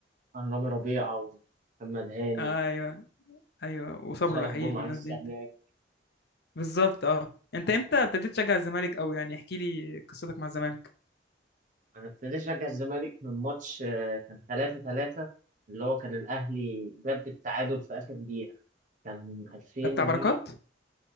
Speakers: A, on the right; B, on the left.
A: عن رامي ربيعه ومحمد هاني
B: ايوه ايوه وصبر
A: وصالح
B: رحيل
A: جمعه
B: والناس
A: لسه
B: دي انت
A: هناك
B: بالظبط اه انت امتى ابتديت تشجع الزمالك او يعني احكي لي قصتك مع الزمالك
A: انا ابتديت اشجع الزمالك من ماتش آه، كان 3 3 اللي هو كان الاهلي جاب التعادل في اخر دقيقه كان 2000
B: ده بتاع
A: و
B: بركات